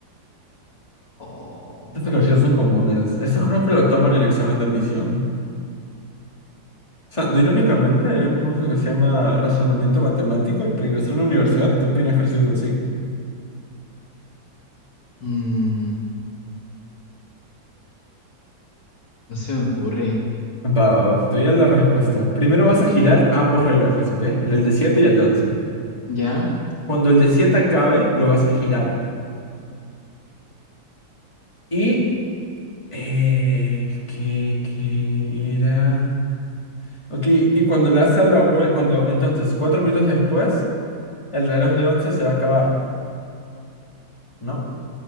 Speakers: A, on the left; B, on the left.
A: Oh.
B: Estos ejercicios son comunes. Esto creo que lo toman en examen de admisión. O sea, no, irónicamente hay un curso que se llama Razonamiento Matemático y para ingresar a la universidad te piden ejercicios así.
A: Mm, no se me ocurre.
B: Va, va, va. Te voy a dar la respuesta. Primero vas a girar ambos relojes, ¿ok? El de 7 y el de 11.
A: ¿Ya?
B: Cuando el de 7 acabe, lo vas a girar. Y... Eh, ¿qué, qué era? Ok, y cuando le das a la vuelta... Cuando, entonces, cuatro minutos después, el reloj de 11 se va a acabar, ¿no?